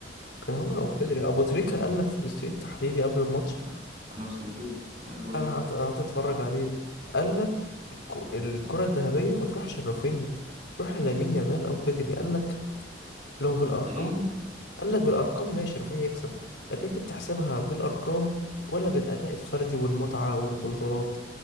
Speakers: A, on the left (about 70°); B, on the right (about 35°).
A: كان هو او
B: لا
A: بيتري ابو تريكة قال لك في الاستوديو التحليلي قبل الماتش
B: ما- أنا ما سمعتوش أنا بقول
A: انا
B: إيه
A: قعدت أنا قعدت اتفرج عليه قال لك الك- الكرة الذهبية ما تروحش لرافينيا تروح للامين يامال او بيدري قال لك لو بالارقام
B: مبدعين
A: قال لك بالارقام ماشي رافينيا يكسب لكن انت بتحسبها بالارقام ولا بالاداء الفردي والمتعه والبطولات